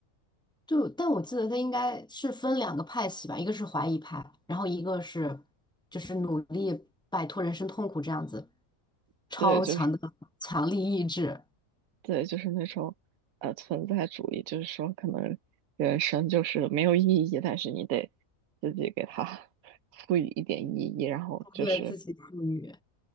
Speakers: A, in the centre; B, on the right.
A: 就，但我记得他应该是分两个派系吧，一个是怀疑派，然后一个是就是努力摆脱人生痛苦这样子，
B: <laughs>
A: 超强的强力意志，
B: 对，就是对，就是那种呃存在主义，就是说可能人生就是没有意义，但是你得自己给它 <laughs> 赋予一点意义，然后就是
A: 对自己赋予。